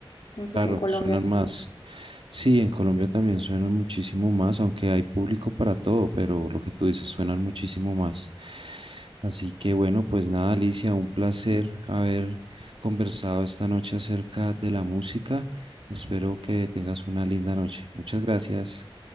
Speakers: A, on the left; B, on the right.
A: No sé
B: Claro,
A: si en Colombia
B: suenan
A: también.
B: más. Sí, en Colombia también suenan muchísimo más, aunque hay público para todo, pero lo que tú dices suenan muchísimo más. Así que bueno, pues nada, Alicia, un placer haber conversado esta noche acerca de la música. Espero que tengas una linda noche. Muchas gracias.